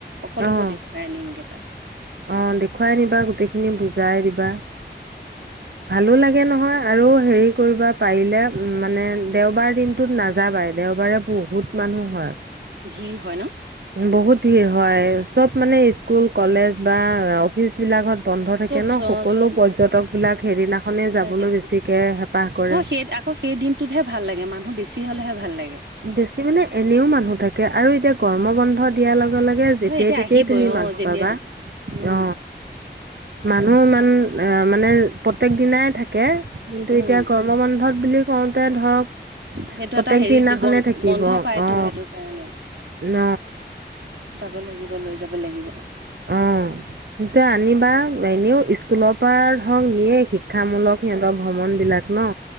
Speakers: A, on the right; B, on the right.
A: সকলোবোৰ
B: অ',
A: দেখুৱাই আনিমগে তাক
B: অ দেখুৱাই আনিবা গোটেইখিনি বুজাই দিবা।
A: উম
B: ভালো লাগে নহয় আৰু হেৰি কৰিব পাৰিলে উ মানে দেওবাৰ দিন টোত নাযাবাই দেওবাৰে বহুত মানুহ হয়
A: ভিৰ হয় ন
B: বহুত ভিৰ হয় চব মানে স্কুল কলেজ বা অফিচ বিলাকত বন্ধ থাকে
A: চব
B: ন সকলো
A: চব
B: পৰ্যটকবিলাক সেইদিনাখনেই যাবলৈ
A: সেইদিনা
B: বেছিকে হেঁপাহ কৰে
A: ন সেই আকৌ সেই দিন টোতহে ভালাগে মানুহ বেছি হ'লেহে ভাল লাগে
B: বেছি মানে এনেও মানুহ থাকে আৰু এতিয়া গৰ্মবন্ধত দিয়া লগে লগে যেতিয়াই
A: ন এতিয়া
B: তেতিয়াই
A: আহিবই
B: তুমি
A: অ
B: মানুহ
A: যেতিয়া
B: পাবা
A: উম
B: অ মানুহ ইমান আ মানে প্ৰত্যেক দিনাই থাকে কিন্তু
A: উম
B: এতিয়া গৰ্ম বন্ধত বুলি কওঁতে ধৰক
A: সেইটো
B: প্ৰত্যেক
A: এটা হেৰি
B: দিনা খনে
A: বন
B: থাকিব
A: বন্ধ পায়তো
B: অ
A: সেইটো কাৰণে
B: ন
A: যাব লাগিব লৈ যাব লাগিব
B: অ এতিয়া আনিবা এনেও স্কুলৰ পৰা ধৰক নিয়ে শিক্ষামূলক সিহঁতৰ ভ্ৰমণবিলাক ন